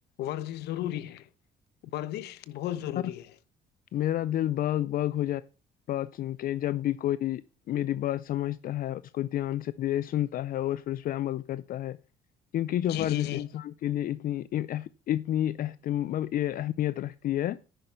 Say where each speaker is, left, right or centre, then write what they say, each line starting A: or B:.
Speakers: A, on the left (about 75°); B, on the left (about 55°).
A: ورزش ضروری ہے ورزش بہت ضروری
B: ہ
A: ہے
B: میرا دل باغ باغ ہو جائے بات سن کے جب بھی کوئی میری بات سمجھتا ہے اس کو دھیان سے سنتا ہے اور پھر اس پہ عمل کرتا ہے کیونکہ یہ جو
A: جی
B: ورزش
A: جی جی
B: انسان کے لیے ا اتنی اہتم اہمیت رکھتی ہے